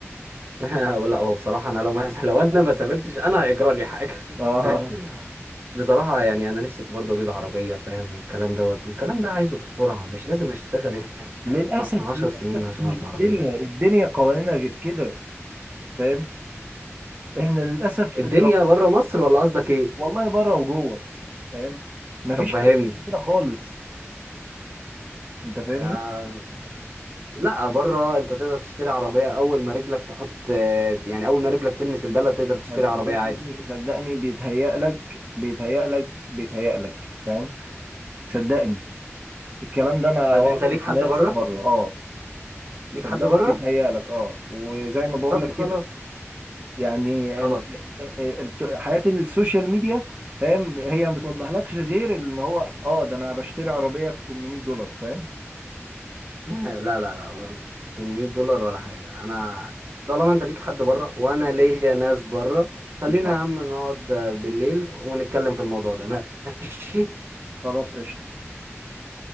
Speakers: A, on the right (about 50°); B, on the right (about 30°).
A: <laughs> ولا هو بصراحة أنا لو مثلا <laughs> لو أنا ما سافرتش أنا هيجرى لي حاجة
B: اه
A: <laughs> بصراحة يعني أنا نفسي برضه أجيب عربية فاهم والكلام دوت والكلام ده عايزه بسرعة مش لازم أشتغل هنا
B: للاسف
A: عشر
B: للاسف
A: سنين عشان
B: مش
A: أربع
B: دي
A: عربية
B: الدنيا الدنيا قوانينها غير كده فاهم احنا للاسف
A: الدنيا
B: اتر-
A: بره مصر ولا قصدك إيه؟
B: والله بره وجوه فاهم مفيش
A: طب فهمني
B: حاجه بتيجي كده خالص انت فاهمني
A: يا- لا بره أنت تقدر تشتري عربية أول ما رجلك تحط يعني أول ما رجلك تلمس البلد تقدر تشتري
B: صدقني
A: عربية عادي
B: صدقني بيتهيأ لك بيتهيأ لك بيتهيأ لك فاهم صدقني الكلام ده انا
A: طيب
B: واخده
A: أنت ليك حد
B: من ناس
A: بره؟
B: بره اه
A: ليك
B: صدقني
A: حد بره
B: بيتهيأ لك اه وزي ما بقول
A: طب
B: لك
A: خلاص
B: كده يعني إن-
A: خلاص
B: إيه- بت- حياة السوشيال ميديا فاهم هي ما بتوضحلكش غير ان هو اه ده انا بشتري عربية ب 800 دولار فاهم
A: <laughs> لا لا لا 800 دولار ولا حاجه انا طالما انت ليك حد بره وانا ليا ناس بره خلينا
B: مش عارف
A: يا عم نقعد بالليل ونتكلم في الموضوع ده ماشي
B: خلاص قشطة